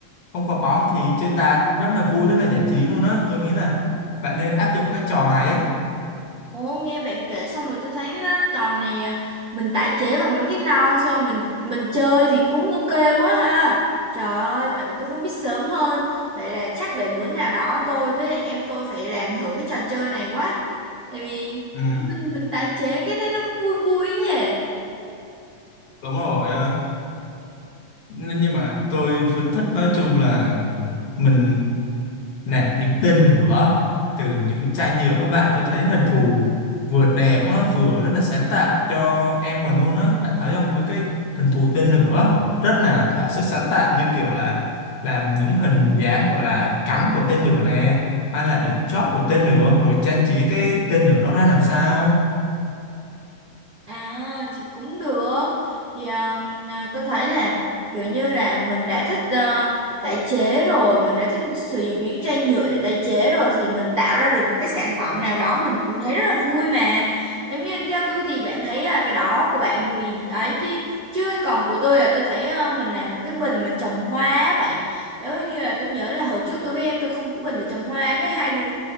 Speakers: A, on the left (about 60°); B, on the right (about 85°).
A: không có bóng thì chơi tạt rất là vui rất là giải trí luôn á tôi nghĩ là bạn nên áp dụng cái trò này á
B: ủa nghe bạn kể xong rồi tôi thấy nó trò này à, mình tái chế bằng mấy cái non xong rồi mình mình chơi thì cũng ok quá ha. Trời ơi, vậy mà tôi không biết sớm hơn. Vậy là chắc để bữa nào đó tôi với lại em tôi phải làm thử cái trò chơi này quá. Tại vì
A: ừ,
B: mình mình tái chế cái thấy nó cũng vui vui ấy nhỉ.
A: đúng rồi á. Nên- nhưng mà tôi vẫn thích nói chung là mình nè những tên lửa từ những chai nhựa bạn tôi thấy hình thù vừa đẹp á, vừa rất là sáng tạo cho em mình luôn á bạn thấy không mấy cái hình thù tên lửa rất là thỏa sức sáng tạo như kiểu là làm những hình dáng gọi là cánh của tên lửa nè hay là đỉnh chóp của tên lửa rồi trang trí cái tên lửa đó ra làm sao
B: À thì cũng được thì um, à, tôi thấy là kiểu như là mình đã thích ờ, tái chế rồi mình đã thích sử dụng những cái chai nhựa để tái chế rồi thì mình tạo ra được một cái sản phẩm nào đó mình cũng thấy rất là vui mà giống như theo tôi thì bạn thấy là cái đó của bạn thì ấy chứ chứ còn của tôi là tôi thấy ờ, mình làm một cái bình mà trồng hoa á bạn nếu như là tôi nhớ là hồi trước tôi với em tôi không có bình để trồng hoa cái hai đứa